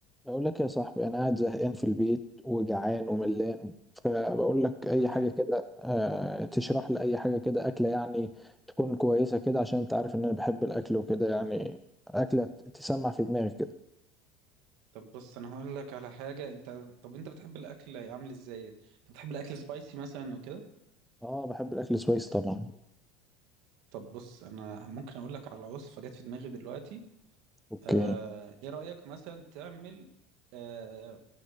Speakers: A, in the centre; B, on the right (about 55°).
A: بقول لك يا صاحبي انا قاعد زهقان في البيت وجعان وملان فبقول لك اي
B: تمام
A: حاجه كده آه، تشرح لي اي حاجه كده اكله يعني تكون كويسه كده عشان انت عارف ان انا بحب الاكل وكده يعني اكله تسمع في دماغي كده
B: طب بص انا هقول لك على حاجه انت طب انت بتحب الاكل عامل ازاي انت بتحب الاكل سبايسي مثلا وكده
A: اه بحب الاكل سويس طبعا
B: طب بص انا ممكن اقول لك على وصفه جت في دماغي دلوقتي
A: اوكي
B: آه... ايه رايك مثلا تعمل آه...